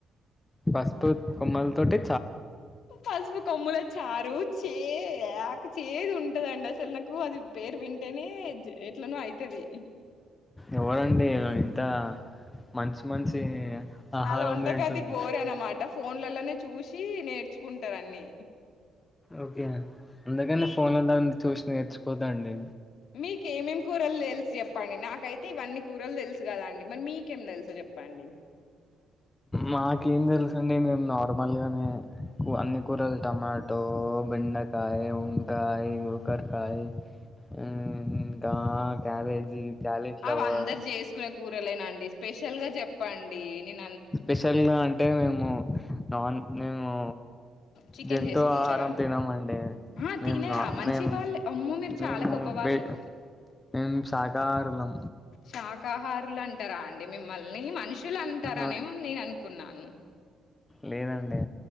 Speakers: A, on the left; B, on the left.
A: పసుప్ కొమ్మలు తోటి
B: పసుపు కొమ్మలే చారు చే యాక్ చేదు ఉంటదండి అసలు నాకు అది పేరు వింటేనే ఎజ్ ఎట్లనో అయితది.
A: ఎవరండి ఇంత మంచి మంచి ఆహారం
B: ఆళ్ల వంటగది
A: తింటుంది
B: గోరుఅనమాట ఫోన్లలలోనే చూసి ఇ నేర్చుకుంటది అన్ని
A: ఓకే అందుకనే ఫోన్లలో అందు చూసి నేర్చుకోదు అండి
B: మీకేమేమి కూరలు తెలుసు చెప్పండి నాకైతే ఇవన్నీ కూరలు తెల్స్ త్ కదాఅండి మరి మీకేం తెలుసు చెప్పండి
A: మాకేం తెలుసు అండి మేము నార్మల్గానే కూ అన్ని కూరలు టమాటో, బెండకాయ్, వంకాయ్, గోకర్ కాయ్ మ్మ్ ఇంకా క్యాబేజీ. క్యాలీఫ్లవర్
B: అవ్ అందరు జేసుకునే కూరలేనండి స్పెషల్ గా జెప్పండి నేన్
A: స్పెషల్గా అంటే మేము <unintelligible> నాన్ మేము
B: చికెన్
A: జంతు
B: చేసుకుంటారా
A: ఆహారం తినమండి
B: ఆ
A: మేం
B: తినరా
A: ఆ
B: మంచి
A: మేం
B: వాళ్ళే అమ్మో మీరు
A: మేము
B: చాలా గొప్ప వాళ్ళు
A: బయట మేం శాకాహారులం.
B: శాకాహారులు అం టారా అండి మిమ్మల్ని మనుషులు అంటారనేం
A: ఆహా
B: నేను అను కున్నాను
A: లేదండి